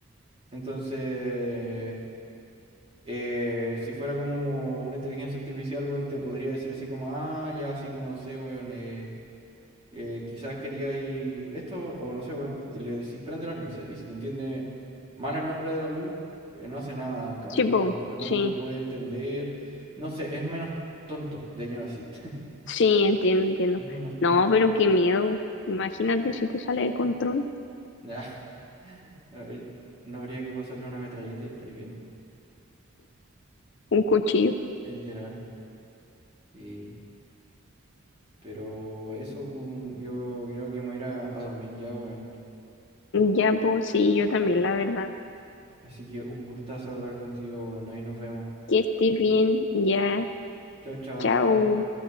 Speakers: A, on the right; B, on the left.
A: Entonces, eh, si fuera como una inteligencia artificial, bueno, te podría decir así como, ah, ya, así como no sé, weón. eh, eh, quizás quería ir esto, o no sé, weón, le decís prende las luces. Y si te entiende mal el nombre de la luz, eh, no hace nada. En cambio,
B: sí, po,
A: no, el
B: sí,
A: otro te puede entender. No sé, es menos tonto, de lleno sí. <laughs>
B: sí, entiendo, entiendo.
A: Es menos tonto.
B: No, pero qué miedo. Imagínate si te sale de control
A: Ya, <laughs> habría- No habría que pasarle una metralleta y estáis bien.
B: un cuchillo.
A: Literal. Y, pero eso, pum, yo creo que me voy a ir a, a dormir ya, weón.
B: Ya, pues sí, yo también, la verdad.
A: Así que un gustazo hablar contigo, weón. Ahí nos vemos.
B: Que estés bien, ya,
A: Chao, chao.
B: chao.